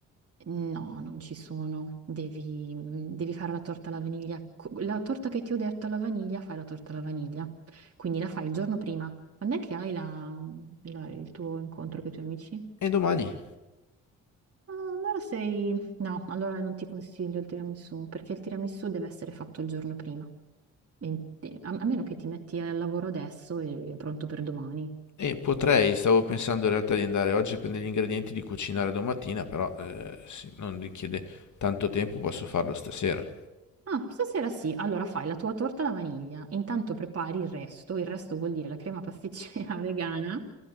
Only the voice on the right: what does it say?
No, non ci sono. Devi, mm, devi fare la torta alla vaniglia. Co- La torta che ti ho detto alla vaniglia, fai la torta alla vaniglia. Quindi la fai il giorno prima. Quando è che hai la- la- il tuo incontro con i tuoi amici?
Ah, Allora sei... No, allora non ti consiglio il tiramisù, perché il tiramisù deve essere fatto il giorno prima. E- e- A, a meno che ti metti al lavoro adesso e è pronto per domani.
Ah, stasera sì. Allora fai la tua torta alla vaniglia, intanto prepari il resto, il resto vuol dire la crema pasticcera <laughs> vegana.